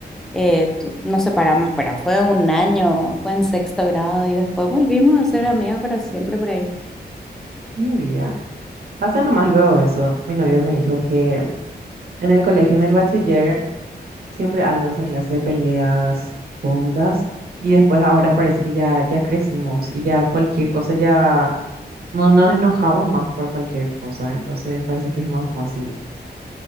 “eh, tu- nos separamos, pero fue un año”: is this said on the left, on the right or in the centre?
Centre